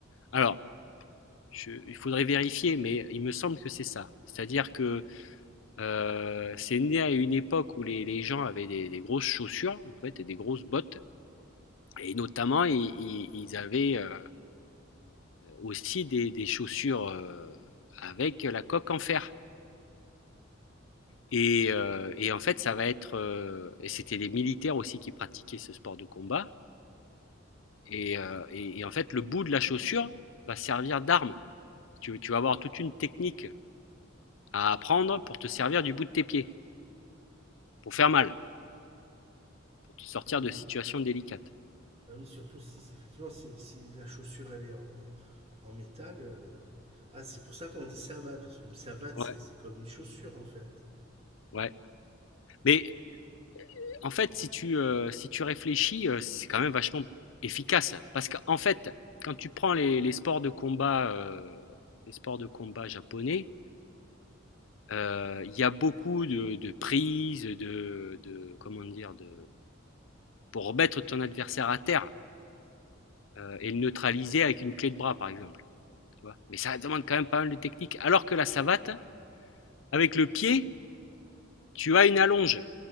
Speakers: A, on the left; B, on the right.
A: Alors, je- il faudrait vérifier, mais il me semble que c'est ça. C'est-à-dire que Euh, c'est né à une époque où les, les gens avaient des, des grosses chaussures, en fait, et des grosses bottes. Et notamment, i- i- ils, avaient euh, aussi des, des chaussures euh, avec la coque en fer. Et, euh, et en fait, ça va être. euh, et c'était les militaires aussi qui pratiquaient ce sport de combat. Et, euh, et- et en fait, le bout de la chaussure va servir d'arme. Tu, tu vas avoir toute une technique à apprendre pour te servir du bout de tes pieds, pour faire mal, pour te sortir
B: Ah oui.
A: de situations délicates.
B: Ah oui, surtout si c'est- effectivement si, si la chaussure elle est en, en- en métal. euh, Ah, c'est pour ça qu'on dit savate, parce qu'une savate,
A: Ouais,
B: c'est c'est comme une chaussure en fait.
A: ouais. Mais En fait, si tu, euh, si tu réfléchis, euh, c'est quand même vachement efficace. Parce qu'en fait, quand tu prends les, les sports de combat, euh, les sports de combat japonais, euh, il y a beaucoup de, de prises, de, de- comment dire, de, pour remettre ton adversaire à terre euh, et le neutraliser avec une clé de bras, par exemple. Tu vois. Mais ça demande quand même pas mal de technique. Alors que la savate, avec le pied, tu as une allonge.